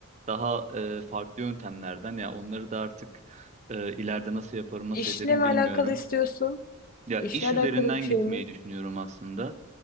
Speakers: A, on the right (about 30°); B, on the left (about 40°).
A: daha e, farklı yöntemlerden ya onları da artık e, ileride nasıl yaparım nasıl
B: İşle
A: ederim
B: mi
A: bilmiyorum.
B: alakalı istiyorsun?
A: Ya
B: İşle
A: iş
B: alakalı
A: üzerinden
B: bir şey
A: gitmeyi
B: mi?
A: düşünüyorum aslında.